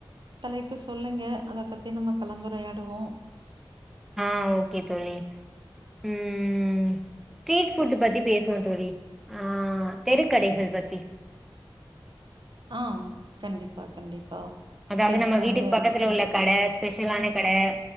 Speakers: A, on the right (about 65°); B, in the centre.
A: தலைப்பு சொல்லுங்க அத பத்தி நம்ம கலந்துரையாடுவோம்
B: அ ஓகே தோழி ம் ஸ்ட்ரீட் புட் பத்தி பேசுவோம் தோழி ஆ தெருக்கடைகள் பத்தி
A: அ கண்டிப்பா கண்டிப்பா
B: அதாவது
A: பேசுவோங்க
B: நம்ம வீட்டுக்கு பக்கத்துல உள்ள கடை ஸ்பெஷலான கடை